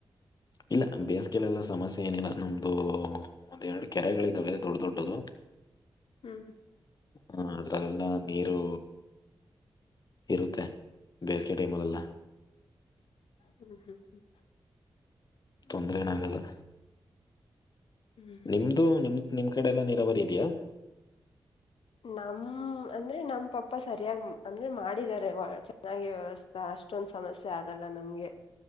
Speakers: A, on the left; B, on the left.
A: ಇಲ್ಲ ಬೇಸಿಗೆಲೆಲ್ಲ ಸಮಸ್ಯೆ ಏನಿಲ್ಲ ನಮ್ದು ಒಂದ ಎರಡು ಕೆರೆಗಳಿದ್ದಾವೆ ದೊಡ್ಡ ದೊಡ್ಡದು. <inaudible>
B: ಹ್ಮ್
A: ಹಾ ಅದ್ರಗೆಲ್ಲ ನೀರು ಇರುತ್ತೆ ಬೇಸಿಗೆ ಟೈಮಲ್ಲೆಲ್ಲ.
B: ಹ್ಮ್ ಹ್ಮ್ ಹ್ಮ್
A: ತೊಂದ್ರೆ ಎನ್ ಆಗಲ್ಲ.
B: ಹ್ಮ್ ಹ್ಮ್
A: ನಿಮ್ದು ನಿಮ್ ನಿಮ್ ಕಡೆ ಎಲ್ಲಾ ನೀರಾವರಿ ಇದ್ಯಾ.
B: ನಮ್ ಅಂದ್ರೆ ನಮ್ ಪಪ್ಪ ಸರಿಯಾಗಿಮ್ ಅಂದ್ರೆ ಮಾಡಿದಿದ್ದಾರೆ ಚೆನ್ನಾಗಿ ವ್ಯವಸ್ಥೆ ಹ ಅಷ್ಟೊಂದ್ ಸಮಸ್ಯೆ ಆಗಲ್ಲ ನಮ್ಗೆ